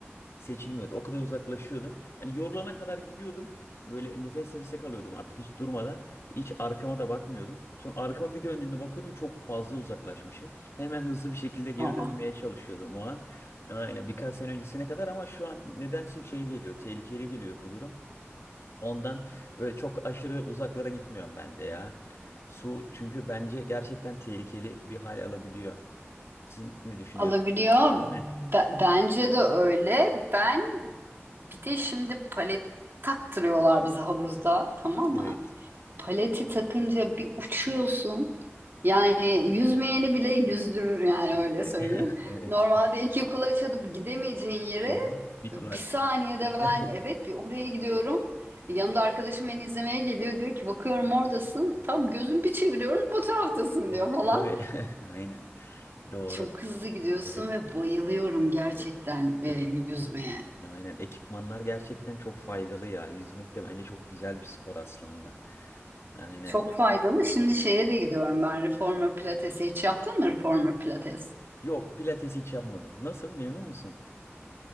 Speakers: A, on the left; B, on the right.
A: seçilmiyordu. O kadar uzaklaşıyordum. Yani yorulana kadar gidiyordum. Böyle nefes nefese kalıyordum artık hiç durmadan. Hiç arkama da bakmıyordum. Sonra arkama bir döndüğümde bakıyordum çok fazla uzaklaşmışım. Hemen hızlı bir şekilde geri
B: Valla.
A: dönmeye çalışıyordum o an. Aynen birkaç sene öncesine kadar ama şu an nedense şey geliyor, tehlikeli geliyor bu durum. Ondan böyle çok aşırı uzaklara gitmiyorum ben de ya. Su çünkü bence gerçekten tehlikeli bir hal alabiliyor. Siz ne düşünüyorsunuz?
B: Alabiliyor.
A: Değil mi?
B: Be- bence de öyle. Ben bir de şimdi palet taktırıyorlar bize havuzda. Tamam mı?
A: Evet.
B: Paleti takınca bir uçuyorsun. Yani yüzmeyeni bile yüzdürür yani öyle
A: <laughs>
B: söyleyeyim.
A: Evet.
B: Normalde iki kulaç atıp gidemeyeceğin yere
A: yere bir kulaçtı.
B: bir saniyede
A: <laughs>
B: ben evet bir oraya gidiyorum. Yanımda arkadaşım beni izlemeye geliyor diyor ki bakıyorum oradasın. Tam gözüm bir çeviriyorum o taraftasın
A: O
B: diyor
A: ta-
B: falan.
A: e, tabii <laughs> aynen. Doğru.
B: Çok hızlı gidiyorsun
A: Evet,
B: ve bayılıyorum gerçekten
A: evet.
B: e,
A: Ekip
B: yüzmeye.
A: aynen ekipmanlar gerçekten çok faydalı ya. Yüzmek de bence çok güzel bir spor aslında. Aynen.
B: Çok faydalı. Şimdi şeye de gidiyorum ben reformer pilatesi hiç yaptın mı reformer pilates?
A: Yok, pilates hiç yapmadım. Nasıl? Memnun musun?